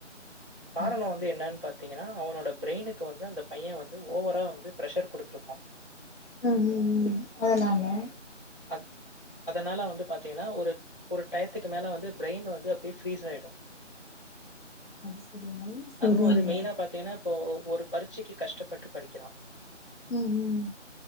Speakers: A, on the left; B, on the left.
A: காரணோ
B: அது சரி
A: வந்து என்னன்னு பாத். பாத்தீங்கன்னா அவனோட பிரெயினுக்கு வந்து அந்த பைய வந்து ஓவரா வந்து பிரஷர் குடுத்துருபக்கா.
B: உஹம் அதனால.
A: அந் அதனால வந்து பாத்தீங்கன்னா ஒரு ஒரு டயத்துக்கு மேல வந்து பிரெயின் வந்து அப்படியே ஃரீஸ் ஆயிடு.
B: அது சரி நல்லா சொல்றீங்களே
A: அதுவும் வந்து மெயினா பாத்தீங்கன்னா இப்போ. ஒரு பரட்சைக்கு கஷ்டப்பட்டு படிக்கிறா.
B: உம்ம்.